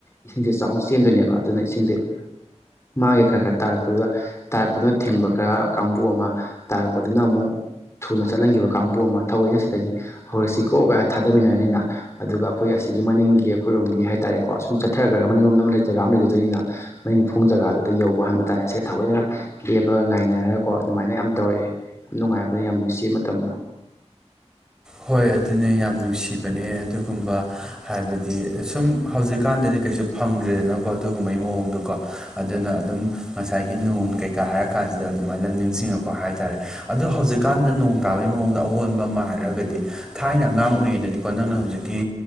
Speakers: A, on the left; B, in the centre.
A: ꯏꯁꯤꯡꯁꯦ ꯆꯥꯎꯅ ꯆꯦꯟꯗꯣꯏꯅꯦꯕ ꯑꯗꯨꯅ ꯏꯁꯤꯡꯁꯦ ꯃꯥꯒꯤ ꯈꯔ ꯈꯔ ꯇꯥꯔꯛꯄꯗꯨꯗ ꯇꯥꯔꯛꯄꯗꯨꯅ ꯊꯤꯡꯕ ꯈꯔ ꯀꯥꯡꯕꯨ ꯑꯃ ꯇꯥꯔꯛꯄꯗꯨꯅ ꯑꯃꯨꯛ ꯊꯨꯅ ꯆꯠꯍꯟꯈꯤꯕ ꯀꯥꯡꯕꯨ ꯑꯃ ꯊꯑꯣꯏꯅ ꯑꯁꯤꯗꯒꯤ ꯍꯧꯔꯛꯁꯤꯀꯧ ꯀꯥꯏ ꯊꯥꯗꯃꯤꯟꯅꯔꯅꯤꯅ ꯑꯗꯨꯒ ꯑꯩꯈꯣꯏ ꯑꯁꯤꯒꯤ ꯃꯅꯤꯡꯒꯤ ꯑꯩꯈꯣꯏꯔꯣꯝꯒꯤ ꯍꯥꯏ ꯇꯥꯔꯦꯀꯣ ꯁꯨꯝ ꯆꯠꯊꯔꯈ꯭ꯔꯒ ꯃꯅꯤꯡꯂꯣꯝꯗ ꯑꯃ ꯖꯒꯥ ꯑꯃ ꯂꯩꯖꯗꯣꯏꯅꯤꯅ ꯃꯅꯤꯡ ꯐꯣꯡ ꯖꯒꯥꯗꯨꯗ ꯌꯧꯕ ꯍꯥꯟꯕ ꯇꯥꯟꯅꯥꯁꯦ ꯊꯑꯣꯏꯅ ꯂꯦꯞꯄꯒ ꯉꯥꯏꯅꯔꯒꯀꯣ ꯑꯗꯨꯃꯥꯏꯅ ꯌꯥꯝ ꯇꯧꯔꯛꯑꯦ ꯌꯥꯝ ꯅꯨꯡꯉꯥꯏꯕꯅ ꯌꯥꯝ ꯅꯨꯡꯁꯤ ꯃꯇꯝꯗꯣ
B: ꯍꯣꯏ ꯑꯗꯨꯅꯦ ꯌꯥꯝ ꯅꯨꯡꯁꯤꯕꯅꯦ ꯑꯗꯨꯒꯨꯝꯕ ꯍꯥꯏꯕꯗꯤ ꯁꯨꯝ ꯍꯧꯖꯤꯛꯀꯥꯟꯗꯗꯤ ꯀꯩꯁꯨ ꯐꯪꯗ꯭ꯔꯦꯗꯅꯀꯣ ꯑꯗꯨꯒꯨꯝꯕꯩ ꯃꯑꯣꯡꯗꯀꯣ ꯑꯗꯨꯅ ꯑꯗꯨꯝ ꯉꯁꯥꯏꯒꯤ ꯅꯣꯡ ꯀꯩꯀꯥ ꯍꯥꯏꯔꯀꯥꯟꯁꯤꯗ ꯑꯗꯨꯃꯥꯏꯅ ꯅꯤꯡꯁꯤꯡꯉꯛꯄ ꯍꯥꯏꯇꯥꯥꯔꯦ ꯑꯗꯣ ꯍꯧꯖꯤꯛꯀꯥꯟꯗ ꯅꯣꯡ ꯇꯥꯕꯒꯤ ꯃꯑꯣꯡꯗ ꯑꯑꯣꯟꯕ ꯑꯃ ꯍꯥꯏꯔꯒꯗꯤ ꯊꯥꯏꯅ ꯑꯉꯥꯡ ꯑꯣꯏꯔꯤꯉꯩꯗꯗꯤꯀꯣ ꯅꯪꯅ ꯍꯧꯖꯤꯛꯀꯤ